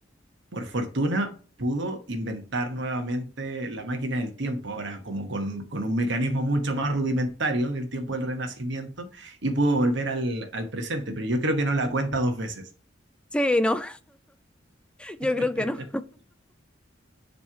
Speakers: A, on the right; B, in the centre.
A: por fortuna, pudo inventar nuevamente la máquina del tiempo, ahora como con, con un mecanismo mucho más rudimentario del tiempo del Renacimiento, y pudo volver al, al presente, pero yo creo que no la cuenta dos veces.
B: Sí, no. Yo
A: <laughs>
B: creo que no.